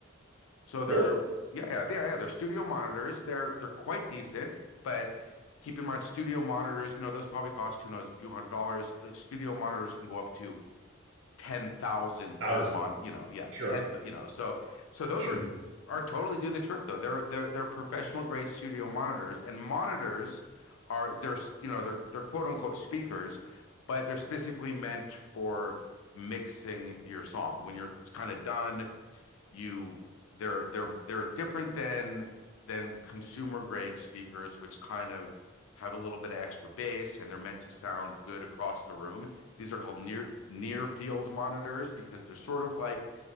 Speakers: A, on the left; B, on the right.
A: So they're
B: Really,
A: yeah, yeah, yeah, yeah. They're studio monitors. They're they're quite decent, but keep in mind studio monitors, you know, those probably cost who knows a few hundred dollars. But studio monitors can go up to ten thousand per
B: thousand,
A: month. You know, yeah,
B: sure,
A: ten. You know, so so those
B: sure.
A: are are totally do the trick though. They're they're they're professional grade studio monitors, and monitors are they're you know they're they're quote unquote speakers, but they're specifically meant for mixing your song when you're kind of done you they're they're they're different than than consumer grade speakers, which kind of have a little bit of extra bass and they're meant to sound good across the room. These are called near near field monitors because they're sort of like